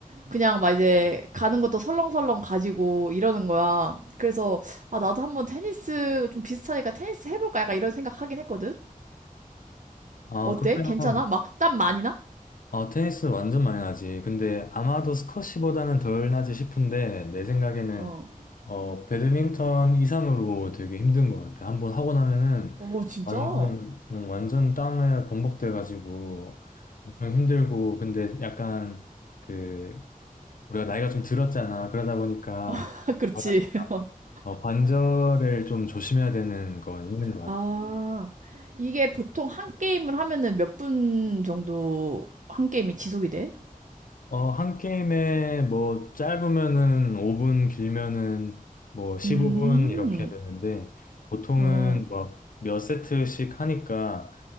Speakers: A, on the right (about 60°); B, on the left (about 65°).
A: 그냥 막 이제 가는 것도 설렁설렁 가지고 이러는 거야. 그래서, 아, 나도 한번 테니스 좀 비슷하니까 테니스 해볼까? 약간 이런 생각 하긴 했거든?
B: 아,
A: 어때?
B: 그러면
A: 괜찮아? 막 땀 많이 나?
B: 어, 테니스 완전 많이 나지. 근데 아마도 스쿼시보다는 덜 나지 싶은데, 내 생각에는,
A: 어.
B: 어, 배드민턴 이상으로 되게 힘든 것 같아. 한번 하고 나면은,
A: 어, 진짜?
B: 완전,
A: 어.
B: 음, 완전 땀에 번복돼가지고, 엄청 힘들고, 근데 약간, 그, 우리가 나이가 좀 들었잖아. 그러다 보니까,
A: <laughs> 그렇지.
B: 뭐랄까,
A: <laughs>
B: 어, 관절을 좀 조심해야 되는 건 있는 것 같아.
A: 아, 이게 보통 한 게임을 하면은 몇 분 정도 한 게임이 지속이 돼?
B: 어, 한 게임에 뭐 짧으면은 5분, 길면은 뭐 15분
A: 음,
B: 이렇게 되는데 보통은
A: 어,
B: 뭐 몇 세트씩 하니까